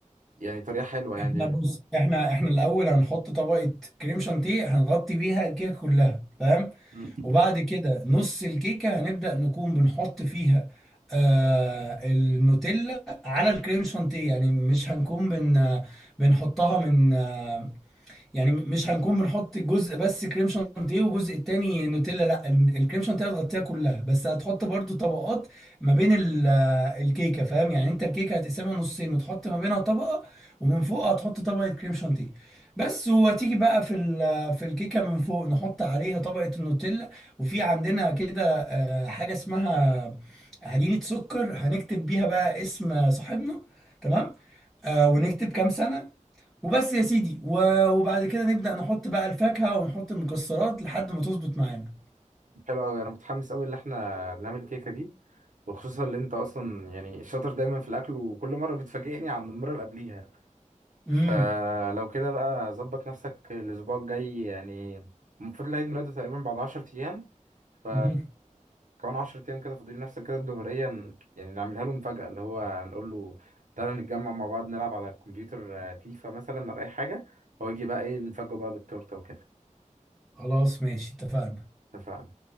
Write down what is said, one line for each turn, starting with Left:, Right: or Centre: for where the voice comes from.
Right: يعني طريقه حلوه يعني
Centre: احنا بص
Right: ليها
Centre: احنا احنا الاول هنحط طبقه كريم شانتيه هنغطي بيها الكيكه كلها فاهم
Right: امم
Centre: وبعد كده نص الكيكه هنبدا نكون بنحط فيها آه النوتيلا على الكريم شانتيه يعني مش هنكون بن بنحطها من آه، يعني م- مش هنكون بنحط جزء بس كريم شانتيه وجزء التاني نوتيلا لا ال- الكريم شانتيه هتغطيها كلها بس هتحط برضو طبقات ما بين ال- آه، الكيكه فاهم يعني انت الكيكه هتقسمها نصين وتحط ما بينها طبقه ومن فوق هتحط طبقه كريم شانتيه بس وهتيجي بقى في ال- آه، في الكيكه من فوق نحط عليها طبقه النوتيلا وفي عندنا كده آه، حاجه اسمها عجينه سكر هنكتب بيها بقى اسم صاحبنا تمام آه ونكتب كام سنة وبس يا سيدي و- وبعد كده نبدأ نحط بقى الفاكهة ونحط المكسرات لحد ما تظبط معانا
Right: حلو قوي انا متحمس قوي ان احنا نعمل الكيكه دي وخصوصا اللي انت اصلا يعني شاطر دايما في الاكل وكل مره بتفاجئني عن المره اللي قبليها
Centre: امم
Right: فلو كده بقى ظبط نفسك الاسبوع الجاي يعني المفروض العيد ميلاده تقريبا بعد 10 ايام ف
Centre: مهم.
Right: كمان 10 ايام كده فاضل نفسك كده الظهريه ن- يعني نعملها له مفاجاه اللي هو نقول له تعالى نتجمع مع بعض نلعب على الكمبيوتر آه، فيفا مثلا ولا اي حاجه هو يجي بقى ايه نفاجئه بقى بالتورته وكده
Centre: خلاص ماشي اتفقنا
Right: اتفقنا